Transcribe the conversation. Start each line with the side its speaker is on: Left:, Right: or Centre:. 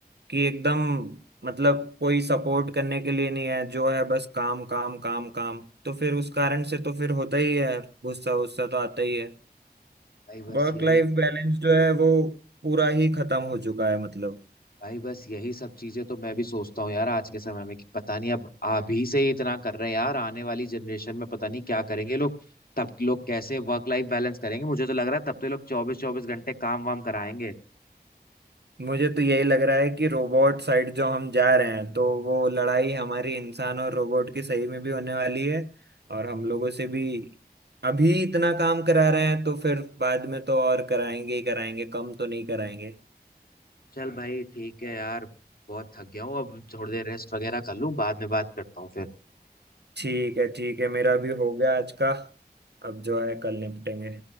Right: कि एकदम मतलब कोई सपोर्ट करने के लिए नहीं है जो है बस काम काम काम काम तो फिर उस कारण से तो फिर होता ही है गुस्सा गुस्सा तो आता ही है
Left: भाई बस
Right: वर्क
Left: यही
Right: लाइफ बैलेंस जो है वो पूरा ही खत्म हो चुका है मतलब
Left: भाई बस यही सब चीजें तो मैं भी सोचता हूँ यार आज के समय में कि पता नहीं अब अभी से ही इतना कर रहे हैं यार आने वाली जनरेशन में पता नहीं क्या करेंगे लोग तब लोग कैसे वर्क लाइफ बैलेंस करेंगे मुझे तो लग रहा है तब तो लोग चौबीस चौबीस घंटे काम वाम कराएंगे
Right: मुझे तो यही लग रहा है कि रोबोट साइड जो हम जा रहे हैं तो वो लड़ाई हमारी इंसान और रोबोट की सही में भी होने वाली है और हम लोगों से भी अभी इतना काम करा रहे हैं तो फिर बाद में तो और कराएंगे ही कराएंगे कम तो नहीं कराएंगे
Left: चल भाई ठीक है यार बहुत थक गया हूँ अब थोड़ी देर रेस्ट वगैरह कर लूँ बाद में बात करता हूँ फिर
Right: ठीक है ठीक है मेरा भी हो गया आज का अब जो है कल निपटेंगे